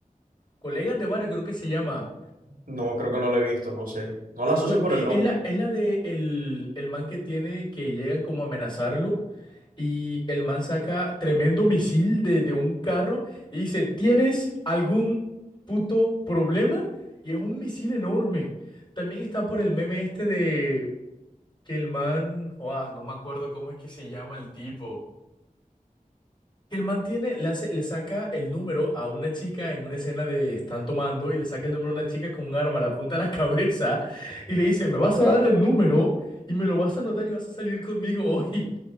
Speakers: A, on the left; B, on the right.
A: Colegas de Barrio, creo que se llama.
B: No, creo que no la he visto, no sé. No la asocio
A: cu-
B: por
A: eh,
B: el nombre.
A: Es la, es la de el, el man que tiene que llegan como a amenazarlo y el man saca tremendo misil de, de un carro y dice, ¿tienes algún puto problema? Y es un misil enorme. También está por el meme este de que el man, Joa, no me acuerdo cómo es que se llama el tipo. Que el man tiene, le hace, le saca el número a una chica en una escena de están tomando y le saca el número a una chica con un arma, la apunta a la <laughs> cabeza y le dice, me vas a dar el número y me lo vas a anotar y vas a salir conmigo hoy.